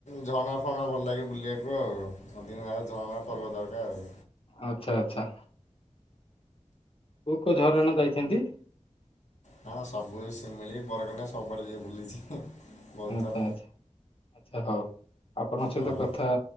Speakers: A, on the left; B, on the left.
A: ଝରଣା ଫରଣା ଭଲ ଲାଗେ ବୁଲିଆକୁ ଆଉ। ଅଧିକ ଆଉ ଝରଣା ପର୍ବତ ହେକା ଆଉ।
B: ଆଚ୍ଛା ଆଚ୍ଛା। କୋଉ କୋଉ ଝରଣା ଯାଇଛନ୍ତି?
A: ହଁ ସବୁ ଏଇ ଶିମିଳି, ବରକାନା ସବୁଆଡ଼େ ଯାଇ ବୁଲିଛି। ବହୁତ
B: ଆଚ୍ଛା
A: ଥର
B: ଆଚ୍ଛା। ଆଚ୍ଛା ହଉ, ଆପଣଙ୍କ ସହିତ
A: ହଁ
B: କଥା